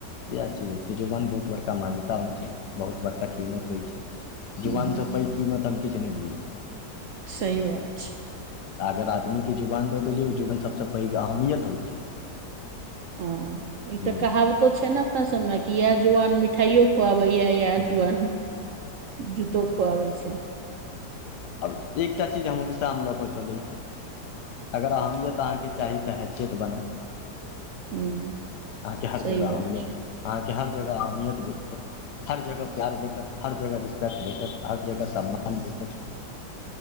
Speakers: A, on the left; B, on the right.
A: इहै चिज होइ छै जुवान बहुत बड़का मान्यता होइ छै बहुत बड़का कीमत होइ छै जुवानस
B: हँ
A: पैघ कीमत हम किछु नहि बुझै छिइय
B: सही बात छै
A: तऽ अगर आदमीके जुवान दऽ देलियै ओ जुवान सभसँ पैघ अहमियत होइ छै
B: ह एकटा
A: हूँ
B: कहावतो छै ने अपना सब मे इहाय जुवान मिठाईयो खुआबे य इहाय
A: हूँ
B: जुबान जूतो खुआबै छै
A: आब एकटा चीज हमेशा आ लऽ कऽ चलैत छी अगर अहमियत अहाँके चाही तऽ हैसियत बनउ
B: हूँ
A: अहाँके हर
B: सही
A: जगह
B: बात
A: अहमियत
B: छै
A: अहाँके हर जगह अहमियत भेटत हर जगह प्यार भेटत हर जगह रिस्पेक्ट भेटत हर जगह सम्मान भेटत